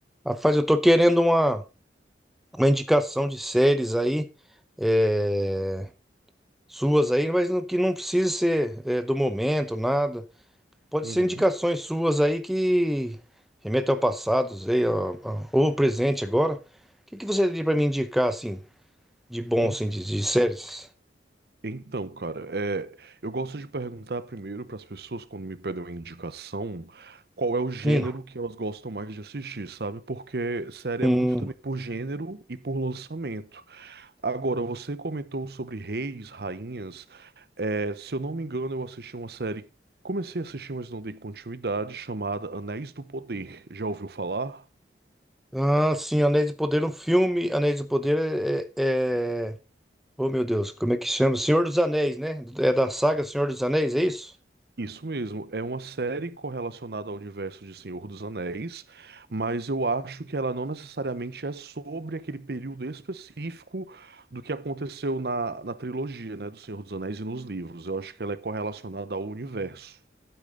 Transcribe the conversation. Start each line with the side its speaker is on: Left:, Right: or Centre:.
Centre: Rapaz, eu tô querendo uma, uma indicação de séries aí, eh, suas aí, mas não- que não precisa ser eh, do momento, nada. Pode
Right: Uhum.
Centre: ser indicações suas aí que remetam ao passado, sei, ó, ó, ou ao presente agora. O que que você teria pra me indicar, assim, de bom,
Right: En-
Centre: assim, de, de séries?
Right: Então, cara, é, eu gosto de perguntar primeiro para as pessoas quando me pedem uma indicação qual é o gênero
Centre: Sim.
Right: que elas gostam mais de assistir, sabe? Porque série
Centre: Hum.
Right: é muito também por gênero e por lançamento. Agora, você comentou sobre reis, rainhas. É, se eu não me engano, eu assisti uma série, comecei a assistir, mas não dei continuidade, chamada Anéis do Poder. Já ouviu falar?
Centre: Ah, sim, Anéis do Poder, um filme. Anéis do Poder é, é... é- Oh, meu Deus, como é que chama? Senhor dos Anéis, né? É da saga Senhor dos Anéis, é isso?
Right: Isso mesmo, é uma série correlacionada ao universo de Senhor dos Anéis, mas eu acho que ela não necessariamente é sobre aquele período específico do que aconteceu na, na trilogia, né, do Senhor dos Anéis e nos livros. Eu acho que ela é correlacionada ao universo.